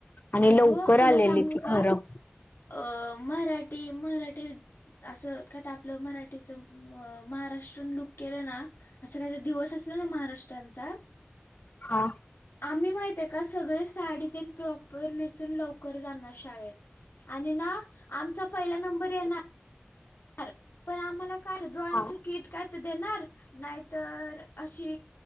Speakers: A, on the left; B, on the left.
A: आणि
B: अगो
A: लवकर
B: तुला
A: आलेली
B: सांगू
A: ती
B: का
A: खरं.
B: अ मराठी मराठी असं काय आपलं मराठीच महाराष्ट्रन लुक केलं ना असा काही दिवस असला ना महाराष्ट्रांचा
A: हा.
B: आम्ही माहितये का सगळे साडीतीन प्रॉ वर नेसून लवकर जानार शाळेत आणि ना आमचा पहिला नंबर ये र पण आम्हाला काय ड्रॉइंगचं
A: हा
B: किट त्यात देणार नाहीतर अशी